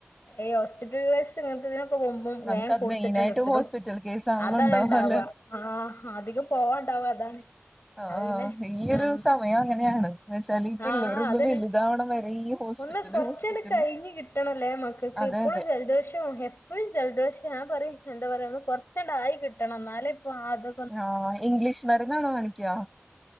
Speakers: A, on the left; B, in the centre.
A: ഈ ഹോസ്പിറ്റൽ വൈസ് ഇങ്ങനത്തെ ഇതിനൊക്കെ പോകുമ്
B: നമുക്കത്
A: വേം കൊടുത്തിട്ടുണ്ട്
B: മെയിനായിട്ട്
A: എടുത്തിട്ടു
B: ഹോസ്പിറ്റൽ കേസ് ആണല്ലോ
A: അതാണ്
B: ഉണ്ടാവ
A: ണ്ടാവുക
B: അല്ലേ
A: ആഹ് അധികം പോവാണ്ടാവും അതാണ്
B: ആഹ്
A: അത് പിന്നെ
B: ഈ ഒരു
A: ആഹ്
B: സമയം അങ്ങനെയാണ് എന്ന്വച്ചാല് ഈ പിള്ളേരൊന്ന്
A: ആഹ് അതന്നെ
B: വലുതാവണ വരെ ഈ ഹോസ്പിറ്റല്
A: ഒന്ന് കൊറച്ചങ്‌ട്
B: ഹോസ്പിറ്റല്
A: കഴിഞ്ഞ് കിട്ടണല്ലേ മക്കക്ക്
B: അതെ
A: ഇപ്പളും
B: അതെ
A: ജലദോഷോം ഇപ്പഴും ജലദോഷം ഞാ പറയും എന്താ പറയാ ഒന്ന് കുറച്ചെണ്ട് ആയി കിട്ടണം എന്നാലും ഇപ്പ അത്
B: ആഹ് ഇംഗ്ലീഷ് മരുന്നാണോ കാണിയ്ക്ക